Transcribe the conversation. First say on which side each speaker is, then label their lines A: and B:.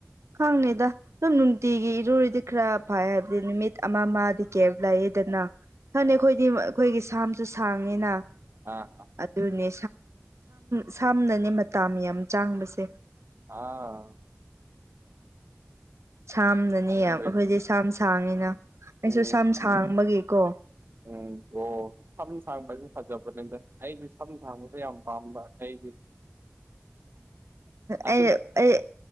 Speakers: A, on the right; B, on the right.
A: ꯈꯪꯅꯤꯗ ꯁꯨꯝ ꯅꯨꯡꯇꯤꯒꯤ ꯏꯔꯨꯔꯤꯗꯤ ꯈꯔ ꯐꯥꯏ ꯍꯥꯏꯕꯗꯤ ꯅꯨꯃꯤꯠ ꯑꯃ ꯑꯃꯗꯤ ꯀꯦꯕ ꯂꯩꯌꯦꯦꯗꯅ ꯈꯅꯤ
B: ꯑꯥ
A: ꯑꯩꯈꯣꯏꯗꯤ ꯑꯩꯈꯣꯏꯒꯤ ꯁꯥꯝꯁꯨ ꯁꯥꯡꯉꯤꯅ
B: ꯑꯥ ꯑꯥ
A: ꯑꯗꯨꯅꯦ ꯁꯝꯅꯅꯦ ꯃꯇꯥ ꯌꯥꯝ ꯆꯥꯡꯕꯁꯦ
B: ꯑꯥ
A: ꯁꯥꯝꯅꯅꯦ
B: ꯈꯪꯗ꯭ꯔꯦ
A: ꯑꯩꯈꯣꯏꯗꯤ ꯁꯥꯝ ꯁꯥꯡꯉꯤꯅ ꯑꯩꯁꯨ
B: ꯎꯝ
A: ꯁꯝ ꯁꯥꯡꯕꯒꯤꯀꯣ
B: ꯎꯝ ꯑꯣ ꯁꯝ ꯁꯥꯡꯕꯁꯦ ꯐꯖꯕꯅꯤꯗ ꯑꯩꯗꯤ ꯁꯝ ꯁꯥꯡꯕꯁꯦ ꯌꯥꯝ ꯄꯥꯝꯕ ꯑꯩ ꯑꯗꯨꯝ
A: ꯑꯩ ꯑꯩ